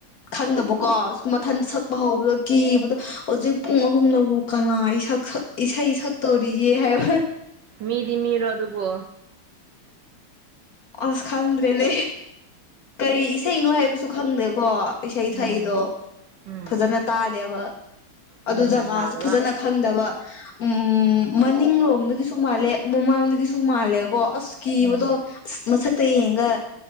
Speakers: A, on the left; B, on the right.
A: ꯈꯟꯗꯕꯀꯣ ꯃꯊꯟꯇ ꯁꯛꯄ ꯍꯧꯕꯗꯣ ꯀꯤꯕꯗꯣ ꯍꯧꯖꯤꯛ ꯄꯨꯡ ꯑꯍꯨꯝꯅꯕꯨꯛ ꯀꯅꯥ ꯁꯛꯁꯛ ꯏꯁꯩ ꯁꯛ ꯇꯧꯔꯤꯌꯦ ꯍꯥꯏꯕ
B: ꯃꯤꯗꯤ ꯃꯤꯔꯣ ꯑꯗꯨꯕꯣ
A: ꯑꯁ ꯈꯪꯗ꯭ꯔꯦꯅꯦ ꯀꯔꯤ ꯏꯁꯩꯅꯣ ꯍꯥꯏꯕꯁꯨ ꯈꯪꯗꯦꯀꯣ ꯏꯁꯩ
B: ꯎꯝ
A: ꯁꯛꯏꯗꯣ
B: ꯎꯝ
A: ꯐꯖꯅ ꯇꯥꯗꯦꯕ ꯑꯗꯨ
B: ꯒ꯭ꯌꯥꯟ
A: ꯖꯒꯥꯁꯨ
B: ꯃꯥꯟ ꯇꯥꯗꯕ
A: ꯐꯖꯅ ꯈꯪꯗꯕ ꯎꯝ ꯃꯅꯤꯡꯂꯣꯝꯗꯒꯤꯁꯨ ꯃꯥꯜꯂꯦ ꯃꯃꯥꯡꯗꯒꯤꯁꯨ ꯃꯥꯜꯂꯦꯀꯣ ꯑꯁ ꯀꯤꯕꯗꯣ
B: ꯎꯝ
A: ꯃꯁꯛꯇ ꯌꯦꯡꯒ